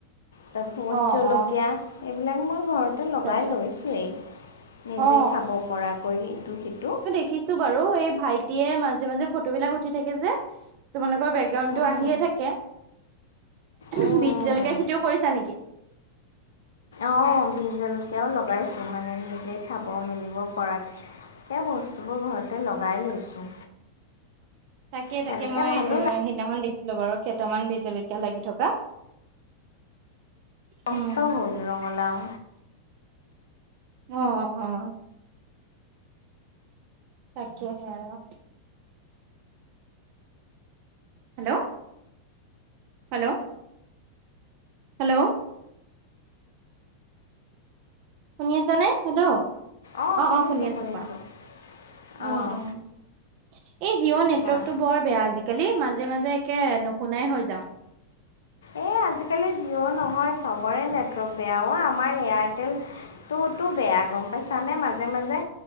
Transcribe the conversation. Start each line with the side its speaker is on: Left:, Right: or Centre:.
Left: তে ভোট
Right: অ
Left: জলকীয়া
Right: অ
Left: এইবিলাক মই ঘৰতে লগাই
Right: আচ্ছা
Left: লৈছোঁৱেই। নিজে
Right: অ
Left: খাব পৰাকৈ ইটো -সিটো।
Right: উঠিছোঁ বাৰু এই ভাইটিয়ে মাজে -মাজে ফটো বিলাক উঠি থাকে যে। তোমালোকৰ বেকগ্ৰাউণ্ড
Left: উম,
Right: টো আহিয়ে থাকে
Left: উম,
Right: বিজ
Left: উম।
Right: জলকীয়া খেতিও কৰিছা নেকি?
Left: অহ, বিজ জলকীয়াও লগাইছোঁ মানে নিজে খাব মেলিব পৰাক এ বস্তুবোৰ ঘৰতে লগাই লৈছোঁ।
Right: তাকে-
Left: তেনেকৈ
Right: তাকে মই
Left: ভালো
Right: এ
Left: লাগে
Right: সেইদিনাখন দেখিছিলোঁ বাৰু কেইটামান বিজ জলকীয়া লাগি থকা।
Left: কষ্ট
Right: উম
Left: হ'ল, ৰঙালাও।
Right: অ', অ', অ', তাকেহে আৰু। হেল্ল', হেল্ল', হেল্ল', শুনি আছা নে, হেল্ল',
Left: অঁ
Right: অ',
Left: শুনিছোঁ
Right: অ', শুনি আছো
Left: শুনিছোঁ
Right: কোৱা?
Left: অঁ
Right: উম-উম এই জিঅ'নেটৱৰ্কটো
Left: কোৱা
Right: বৰ বেয়া আজি কালি মাজে-মাজে একে নুশুনাই হৈ যাও।
Left: এই আজিকালি জিঅ' নহয়, চবৰে নেটৱৰ্ক বেয়াও আমাৰ এয়াৰটেল তোৰতো বেয়া গম পাইছানে মাজে-মাজে